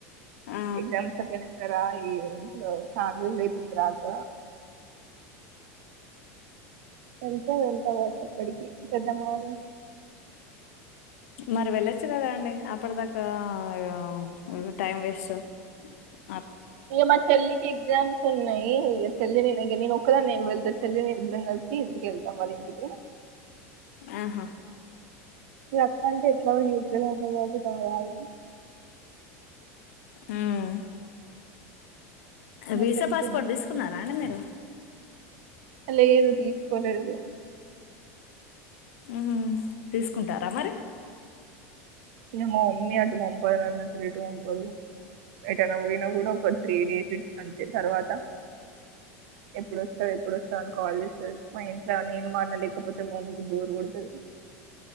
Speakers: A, on the left; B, on the right.
A: ఆ
B: ఎగ్జామ్స్ తర్వాత్ రా ఈ చనారోజులు అతుంది రాక వెళ్తే వెళ్తా కావచ్చు అప్పడికి పెద్దమ్మ వాల్
A: మరి వెళ్ళొచ్చు కదా అండి అప్పటి దాకా ఆ టైం వేస్ట్ అ
B: ఇగ మా చెల్లికి ఎగ్జామ్స్ ఉన్నాయ్ చెళ్ళి నిను ఇంగ నేను ఒక్కదాన్ని ఎం వెళ్త చెళ్ళి నిను ఇద్దరం కలిసి ఇంటికేళ్తామ్ వాళ్ళింటికి
A: ఆహా
B: ఇగ అక్క ఎట్లాగు యూకే లో ఉంటది కాబట్టి తాను రాదు
A: మ్మ్
B: ఇక
A: వీసా
B: చెల్లికి
A: పాస్పోర్ట్
B: ఎగ్జామ్స్
A: తీసుకున్నారా అండి మీరు
B: అ లేదు తీసుకోలేదు
A: హు తీసుకుంటారా మరి
B: ఇగ్ మా మమ్మీ అటు పంపాదు అసలు ఎటు పంపదు ఎటైనా పోయినా కూడా ఒక త్రీ డేస్ అంతే తర్వాత ఎప్పుడు వస్తావు ఎప్పుడు వస్తావు అని కాల్ చేస్తారు మా ఇంట్లో నేను మా అన్న లేకపోతే మ మమ్మీకి బోరు కొడుతది